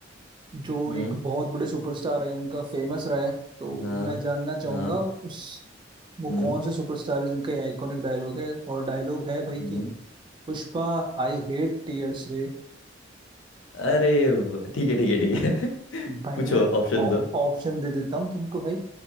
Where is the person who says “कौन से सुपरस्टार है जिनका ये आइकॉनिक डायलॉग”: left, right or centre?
Right